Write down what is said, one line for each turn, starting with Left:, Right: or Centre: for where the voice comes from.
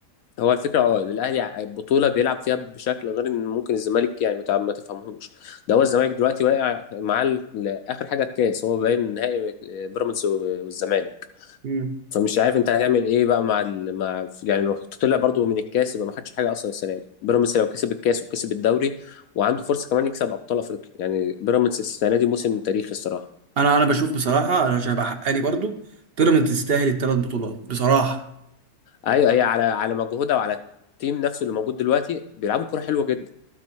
Left: هو الفكره اه ان الاهلي ع- البطوله بيلعب فيها بشكل غير ان ممكن الزمالك يعني متع- ما تفهمهوش ده هو الزمالك دلوقتي واقع مع ال- اخر حاجه الكاس هو باين نهائي آه، بيراميدز و- والزمالك
Right: مم.
Left: فمش عارف انت هتعمل ايه بقى مع ال... مع يعني لو طلع برضو من الكاس يبقى ما خدش حاجه اصلا السنه دي بيراميدز لو كسب الكاس وكسب الدوري وعنده فرصه كمان يكسب ابطال افريقيا يعني بيراميدز السنه دي موسم تاريخي الصراحه
Right: انا انا بشوف بصراحه انا عشان ابقى حقاني برضو بيراميدز تستاهل الثلاث بطولات بصراحه
Left: ايوه هي على على مجهودها وعلى التيم نفسه اللي موجود دلوقتي بيلعبوا كوره حلوه جدا